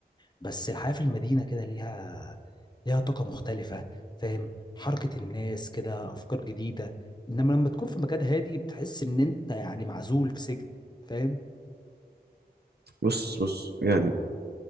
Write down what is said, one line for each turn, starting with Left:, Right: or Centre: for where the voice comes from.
Left: بس الحياه في المدينه كده ليها ليها طاقه مختلفه فاهم حركه الناس كده افكار جديده انما لما تكون في مكان هادي بتحس ان انت يعني معزول في سجن فاهم
Right: بص بص يعني